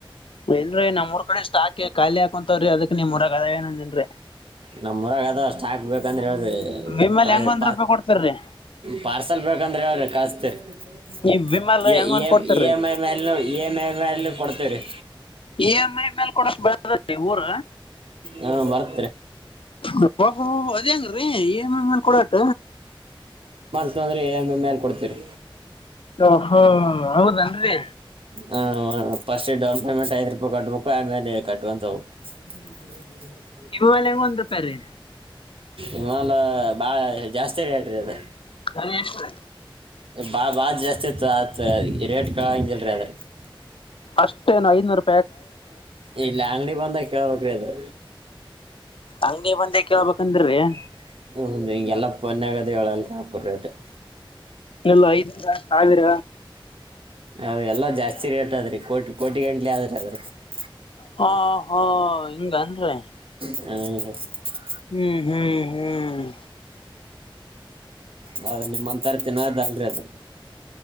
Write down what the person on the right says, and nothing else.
ನಮ್ಮುರಾಗ್ ಅದ ಷ್ಟಕ್ ಬೇಕಂದ್ರ್ <unintelligible>
<unintelligible>
ಪಾರ್ಸಲ್ ಬೇಕಂದ್ರೆ ಹೇಳ್ರಿ ಕಳಿಸ್ತೀರಿ <unintelligible>
ಇ
ಎಂ ಐ ಮೇಲ್ನು ಇ ಎಂಐ ಮೇಲ್ನು ಕೊಡ್ತಿವ್ರಿ
ಹಾ <unintelligible>
<unintelligible> ಮೇಲ್ ಕೊಡ್ತೀರಿ
ಹ ಫಸ್ಟ್ ಡೌನ್ ಪೇಮೆಂಟ್ ಐದು ರೂಪಾಯಿ ಕಟ್ಬೇಕು ಆಮೇಲೆ ಕಟ್ಕೊಂತ <unintelligible>
<inaudible>
ಇಮಾಲ ಬಾಳ ಜಾಸ್ತಿ ರೇಟ್ರಿ ಅದ
ಬಾ ಬಾಳ್ ಜಾಸ್ತಿ <unintelligible> ರೇಟ್ ಕೆಳಂಗಿಲ್ರಿ ಅದು <inaudible>
ಇಲ್ಲಿ ಅಂಗಡಿ ಬಂದಗ್ ಕೇಳ್ಬೇಕ್ರಿ ಅದು
<unintelligible> ಹಿಂಗೆಲ್ಲ ಪನ್ <unintelligible> ಹೆಳಂತ <unintelligible>
ಹ ಎಲ್ಲ ಜಾಸ್ತಿ ರೇಟ್ ಅದ ರೀ ಕೋಟಿ ಕೋಟಿ ಗಂಟಲಿ ಆದ್ರೀ <unintelligible>
ಹ <unintelligible>
ಹೌದ ನಿಮ್ಮ ಅಂತಾರ್ ತಿಂನಾದ್ ಅಲ್ರಿ ಅದು